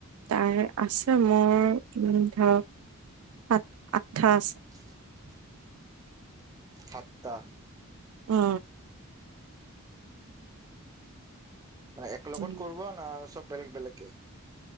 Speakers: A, on the right; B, on the right.
A: তাই আছে মোৰ উম ধৰক সাত আঠটা আছে
B: হয় সাতটা
A: অ
B: মানে একলগত
A: উম।
B: কৰিব না চব বেলেগ বেলেগে